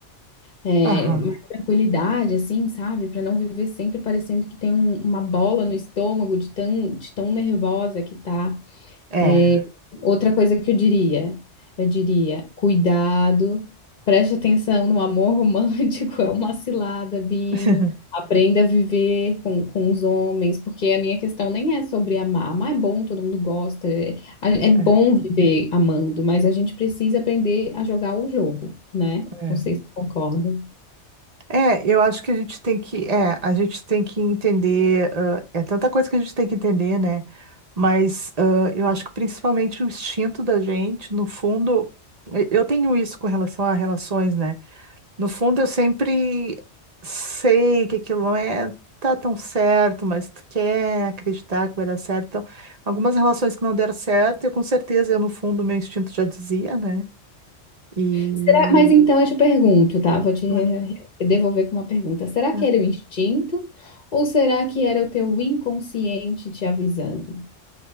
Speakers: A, on the left; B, on the right.
A: é,
B: Aham.
A: mais tranquilidade, assim, sabe? Para não viver sempre parecendo que tem um- uma bola no estômago de tão, de tão nervosa que tá.
B: É.
A: É, Outra coisa que eu diria, eu diria, cuidado, preste atenção no amor romântico, <laughs> é uma cilada, Bino.
B: <laughs>
A: Aprenda a viver com, com os homens, porque a minha questão nem é sobre amar, mas é bom, todo mundo gosta, é, a- é bom
B: É,
A: viver amando, mas a gente precisa aprender a jogar o jogo, né?
B: é.
A: Não sei se tu concorda.
B: É, eu acho que a gente tem que, é, a gente tem que entender, ãh, é tanta coisa que a gente tem que entender, né? Mas ãh, eu acho que principalmente o instinto da gente, no fundo, e- eu tenho isso com relação a relações, né? No fundo, eu sempre sei que aquilo não é tá tão certo, mas tu quer acreditar que vai dar certo. Então, algumas relações que não deram certo, eu com certeza, eu no fundo, meu instinto já dizia, né? E
A: Será... Mas então eu te pergunto, tá? Vou te re-
B: ah,
A: devolver com uma pergunta. Será
B: é.
A: que era o instinto ou será que era o teu inconsciente te avisando?